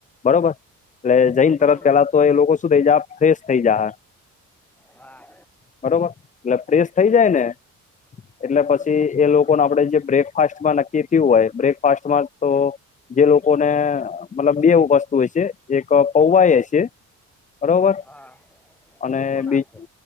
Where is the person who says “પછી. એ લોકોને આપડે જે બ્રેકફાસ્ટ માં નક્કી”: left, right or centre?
Left